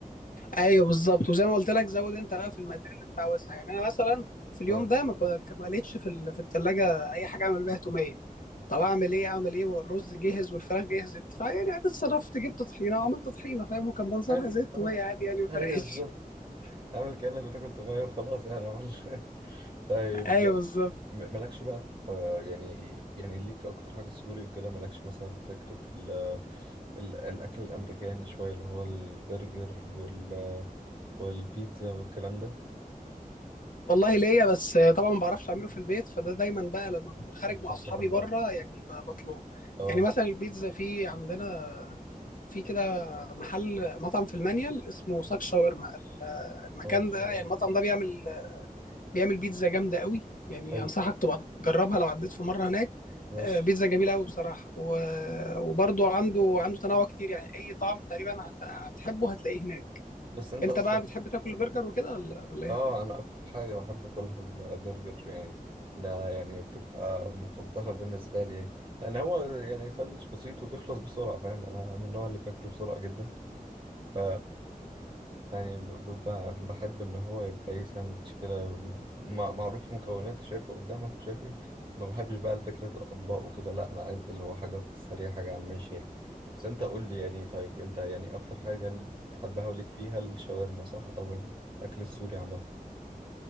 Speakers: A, on the left (about 65°); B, on the right (about 35°).
A: ايوه بالظبط وزي ما قلت لك زود انت بقى في المقادير اللي انت عاوزها يعني انا مثلا في اليوم
B: اه
A: ده ما كو- ما لقيتش في ال- في الثلاجه اي حاجه اعمل بيها توميه طب اعمل ايه اعمل ايه والرز جهز والفراخ جهزت فيعني اتصرفت جبت طحينه وعملت طحينه فاهم وكان منظرها
B: حلو
A: زي التوميه
B: اه
A: عادي يعني ما فرقش
B: ايوه بالظبط عامل كأنك بتاكل طبيعي وخلاص يعني عمل <laughs> طيب
A: <laughs> ايوه بالظبط
B: م- مالكش بقى في يعني يعني ليك اكتر حاجة سوري وكده مالكش مثلا في فكرة ال ال الاكل الامريكاني شوية اللي هو البرجر وال والبيتزا والكلام ده
A: والله ليا بس طبعا ما بعرفش اعمله في البيت فده دايما بقى لما بكون خارج
B: بتعرف
A: مع اصحابي
B: تاكل بره
A: بره يعني ب- بطلبه
B: اه
A: يعني مثلا البيتزا في عندنا في كده محل مطعم في المانيال اسمه ساك شاورما ال- المكان
B: اه شوية.
A: ده يعني المطعم ده بيعمل بيعمل بيتزا جامده قوي يعني
B: حلو
A: انصحك تبقى تجربها لو عديت في مره هناك
B: ماشي
A: آه، بيتزا جميله قوي بصراحه و... وبرضو عنده عنده تنوع كتير يعني اي طعم تقريبا هت... هتحبه هتلاقيه هناك
B: بس انت
A: انت
B: اصلا
A: بقى بتحب تاكل برجر وكده ولا ولا
B: اه
A: ايه
B: انا اكتر حاجه بحب اكلها البرجر يعني ده يعني بتبقى مفضله بالنسبه لي يعني. لان هو يعني ساندوتش بسيط وبيخلص بسرعه فاهم انا من النوع اللي بياكله بسرعه جدا ف يعني ب- ب- بحب ان هو يبقى ايه ساندوتش كده مع- معروف مكوناته شايفه قدامك وشايف ايه ما بحبش بقى الفكرة الاطباق وكده لا انا عايز اللي هو حاجه في السريع حاجه على الماشي يعني بس انت قول لي يعني طيب انت يعني اكتر حاجه اللي تحبها وليك فيها الشاورما صح او الاكل السوري عامه